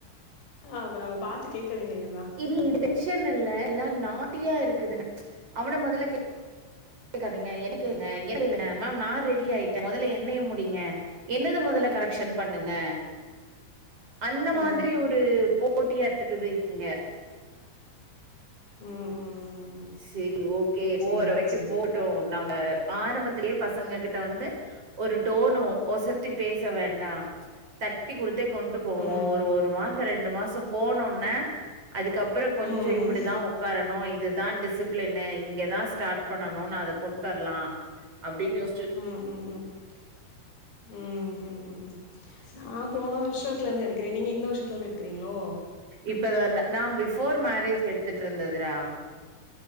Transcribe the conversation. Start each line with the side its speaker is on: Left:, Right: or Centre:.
Left: அப்ப நம்ம பாத்து கேக்க வேண்டியதுதா
Right: இல்ல
Left: ம்
Right: இது டென்ஷன் இல்ல எல்லா நாட்டியா இருக்குதுங்க அவன மொதல்ல கே க்காதீங்க என்ன கேளுங்க என்ன கேளுங்க மேம் நா ரெடி ஆயிட்டே மொதல்ல என்னய முடிய்ங்க என்னுத மொதல்ல கரெக்ஷன் பண்ணுங்க அந்த மாதிரி
Left: ம்
Right: ஒரு போட்டியா இருக்குது இங்க
Left: ம் ம் ம் ம்
Right: செரி ஓகே
Left: சேரி
Right: போற வரைக்கு
Left: சேரி
Right: போகுட்டு நம்ம ஆரம்பத்திலயே பசங்ககிட்ட வந்து ஒரு டோனு ஒசத்தி பேச வேண்டா தட்டி குடுத்தே கொண்ட்டு போவோ
Left: ம்
Right: ஒரு ஒரு மாசோ ரெண்டு மாசோ போனோன்னே அதுக்கப் பறோ கொஞ்சோ
Left: ம்
Right: இப்பிடிதா உக்காரணு இது தா டிசிப்ளினு இங்கதா ஸ்டார்ட் பண்ணனுன்னு அத கொண்ட்டு வரலா அப்டின்னு யோ
Left: ம் ம் ம் ம் ம் ம் ம் ம் நா போன வருஷத்துல இருந்து எடுக்கிறே நீங்க இந்த வருஷத்துல இருந்து எடுக்கிறீங்களோ
Right: இப்பதா ந நா பிஃபோர் மேரேஜ் எடுத்துட்டு இருந்ததுடா